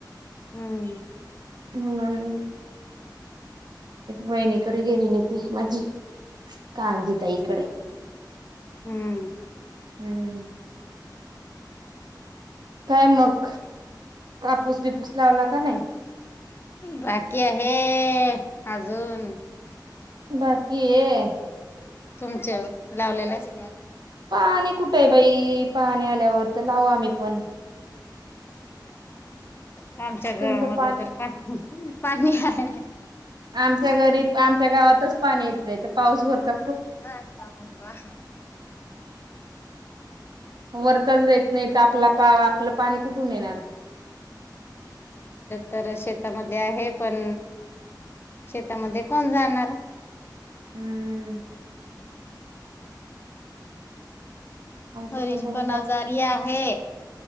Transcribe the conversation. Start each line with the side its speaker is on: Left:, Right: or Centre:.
Left: हम्म,
Right: म्हणून वहिणीकडे गेलेली होती माझी कांजी ताई कडे
Left: हम्म
Right: हम्म. काय मग. कापूस बिपूस लावला का नाही
Left: बाकी आहे. अजून
Right: बाकी आहे
Left: तुमच्या लावलेला सिने
Right: पाणी कुठे आहे बाई पाणी आल्यावर तर लावू आम्ही पण
Left: आमच्या घरामध्ये
Right: तुमचं पान
Left: तर पाणी पाणी आहे
Right: आमच्या घरी आमच्या गावातच पाणी येत नाही तर पाऊस वरचं
Left: हा कामाबा
Right: वरचाच देत नाही तर आपलं पा आपलं पाणी कुठून येणार
Left: तर शेतामध्ये आहे पण शेतामध्ये कोण जाणार.
Right: हम्मम आमचं
Left: हरीश
Right: तसंच
Left: पण अजारी आहे.